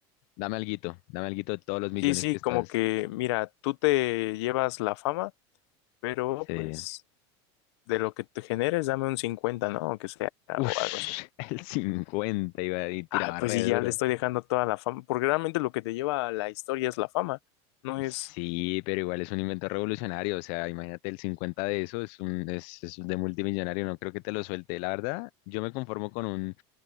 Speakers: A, on the left (about 50°); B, on the left (about 80°).
A: dame alguito, dame alguito de todos los millones
B: sí, sí,
A: que estás.
B: como que, mira, tú te llevas la fama, pero
A: Sí.
B: pues de lo que te generes, dame un 50, ¿no? Aunque sea,
A: Ush,
B: o algo así.
A: <laughs> el 50 iba y tiraba
B: Ah, pues
A: re
B: sí, ya
A: duro.
B: le estoy dejando toda la fama, porque realmente lo que te lleva a la historia es la fama, no es...
A: Sí, pero igual es un invento revolucionario. O sea, imagínate el 50 de eso, es un, es, es de multimillonario. No creo que te lo suelte. La verdad, yo me conformo con un